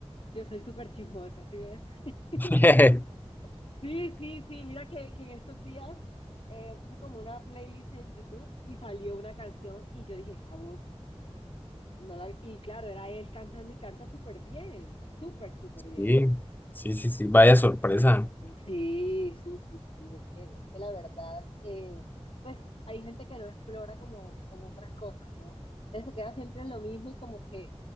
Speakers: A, on the left (about 65°); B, on the left (about 15°).
A: Yo soy súper chismosa, ¿sí ves? <laughs> Entonces,
B: <laughs>
A: sí, sí, sí, mira que, que en estos días eh, puse como una playlist en YouTube y salió una canción y yo dije, esa voz, no la... Y claro, era él cantando y canta súper bien, súper, súper bien.
B: Sí, sí, sí, sí, vaya sorpresa.
A: Sí, sí, sí, sí. Es que, es que la verdad, eh, pues hay gente que no explora como, como otras cosas, ¿no? Entonces se queda siempre en lo mismo y como que